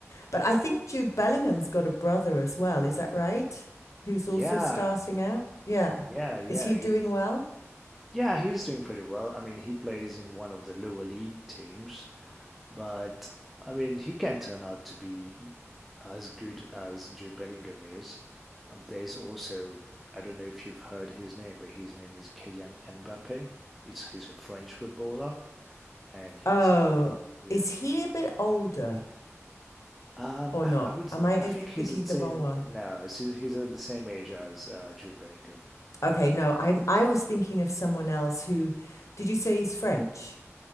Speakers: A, on the left (about 80°); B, in the centre.
A: but I think Jude Bellingham's got a brother as well, is that right? Who's
B: Yeah,
A: also starting out? Yeah.
B: yeah, yeah.
A: Is he doing
B: He
A: well?
B: Yeah, he's doing pretty well. I mean, he plays in one of the lower league teams, but I mean, he can turn out to be as good as Jude Bellingham is. Um, there's also, I don't know if you've heard his name, but his name is Kylian Mbappe. It's he's a French footballer, and he's
A: Oh,
B: ex- yeah.
A: is he a bit older
B: Um,
A: or
B: I,
A: not?
B: I would
A: Am I
B: I
A: thinking
B: think he's the same.
A: the wrong one?
B: No, he's he's at the same age as uh, Jude Bellingham.
A: Okay, no, I'm I was thinking of someone else who did you say he's French?